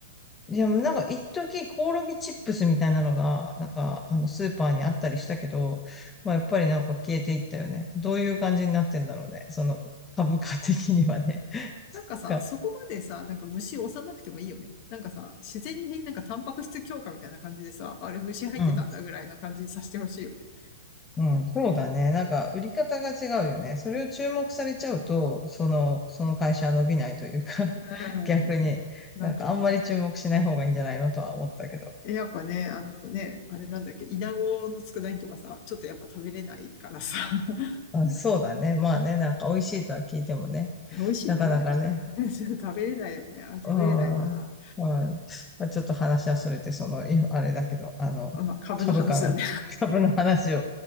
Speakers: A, on the left; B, on the left.
A: いや、なんか、一時コオロギチップスみたいなのが、なんか、あの、スーパーにあったりしたけど、まあ、やっぱりなんか消えていったよね。どういう感じになってんだろうね。その、株価的にはね。<laughs> そっか。
B: なんかさ、そこまでさ、なんか虫押さなくてもいいよね。なんかさ、自然になんかタンパク質強化みたいな感じでさ、あれ虫入ってたんだぐらいの感じにさせてほしいよね。
A: うん。うん。そうだね。なんか、売り方が違うよね。それを注目されちゃうと、その、その会社は伸びないというか <laughs>
B: うん。
A: 逆に、
B: なんかね、
A: なんか、あんまり注目しない方がいいんじゃないのとは思ったけど。
B: え、やっぱね、あのね、あれなんだっけ、イナゴの佃煮とかさ、ちょっとやっぱ食べれないからさ。<laughs>
A: うん、そうだね。まあね、なんか、美味しいとは聞いてもね。
B: え、美味しいのあれ。
A: なかなかね、
B: <laughs> 食べれないよね。あ、食べれないな。
A: ああ、はい。まあ、ちょっと話はそれて、その、いあれだけど、あの、
B: あ、株の話だね。
A: 株価の、<laughs> 株の話を。